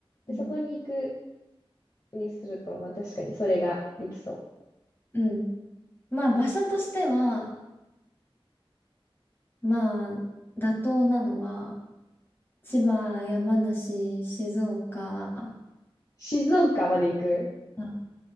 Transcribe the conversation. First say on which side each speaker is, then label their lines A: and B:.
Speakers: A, on the left (about 40°); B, on the left (about 25°).
A: で、
B: うん。
A: そこに行くにすると、まあ確かにそれができそう。
B: うんまあ場所としては、まあ妥当なのは、千葉、山梨、静岡、
A: 静岡まで行く。
B: あ、